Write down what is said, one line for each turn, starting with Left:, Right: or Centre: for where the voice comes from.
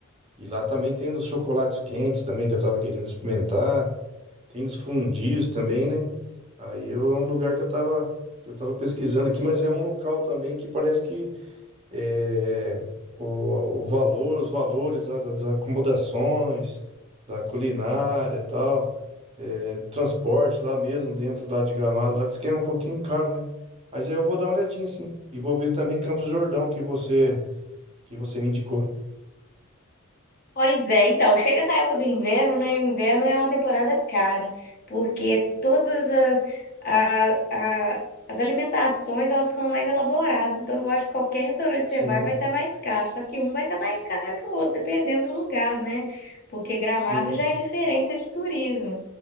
Right: E lá também tem dos chocolates quentes também que eu estava querendo experimentar, tem dos fundios também, né? Aí é um lugar que eu estava que eu estava pesquisando aqui, mas é um local também que parece que é, o, o valor, os valores da- da- das acomodações, da culinária e tal, é, transporte lá mesmo, dentro lá de Gramado, lá diz que é um pouquinho caro, né? Mas eu vou dar uma olhadinha, sim. E vou ver também Campos do Jordão, que você, que você me indicou.
Left: Pois é, então, chega essa época do inverno, né? O inverno é uma temporada cara, porque todas as, a, a- as alimentações, elas são mais elaboradas, então eu acho que qualquer restaurante que
Right: Sim,
Left: você vai, vai estar mais caro, só que um vai estar mais caro que o outro, dependendo do lugar, né? Porque Gramado
Right: sim,
Left: já é referência de turismo.